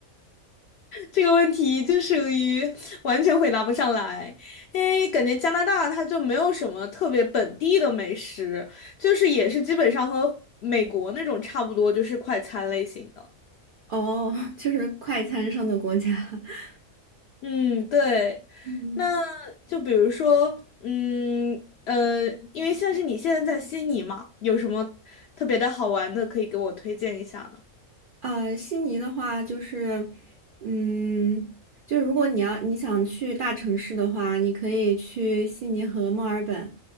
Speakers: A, on the left; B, on the right.
A: 这个问题就属于完全回答不上来，因为感觉加拿大它就没有什么特别本地的美食，就是也是基本上和美国那种差不多，就是快餐类型的。
B: 哦，<laughs> 就是快餐上的国家。<laughs>
A: 嗯，对，
B: 嗯，
A: 那就比如说，嗯呃，因为像是你现在在悉尼嘛，有什么特别的好玩的可以给我推荐一下呢？
B: 呃，悉尼的话就是，嗯，就是如果你要你想去大城市的话，你可以去悉尼和墨尔本，